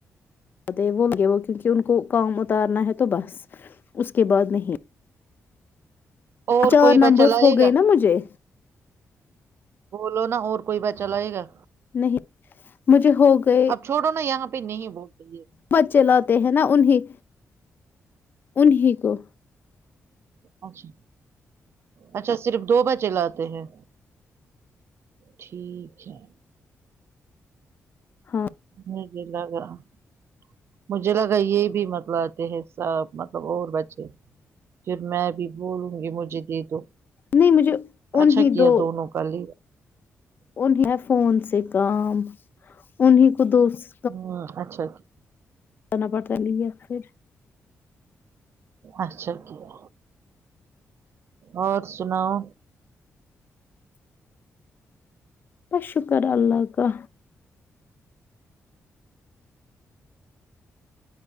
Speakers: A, on the left; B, on the right.
A: <unintelligible> وہ کیونکہ ان کو کام اتارنا ہے تو بس اس کے بعد نہیں
B: اور
A: چار
B: کوئی
A: نمبرس
B: بچہ لائے
A: ہو گئے
B: گا
A: نا مجھے
B: بو لو نہ ہور کوئی بچہ لائے گا
A: نہیں مجھے ہو گئے
B: اب چھوڑو نا یہاں پہ نہیں بولتے ہے
A: بچے لاتے ہیں نا انہیں انہیں کو
B: اچھا اچھا صرف دو بجے لاتے ہیں ٹھیک ہے
A: ہاں
B: <unintelligible> مجھے لگا یہ بھی مطلب آتے ہیں سب مطلب اور بچے پھر میں بھی بولوں گی مجھے دے دو
A: نہیں مجھے انہیں
B: اچھا کیا
A: دو
B: دونوں کا لیا
A: انہیں فون سے کام انہیں کو دوست
B: ہاں اچھا کیا
A: نا بتا لیجیے پھر
B: اچھا کیا اور سناؤ
A: بس شکر اللہ کا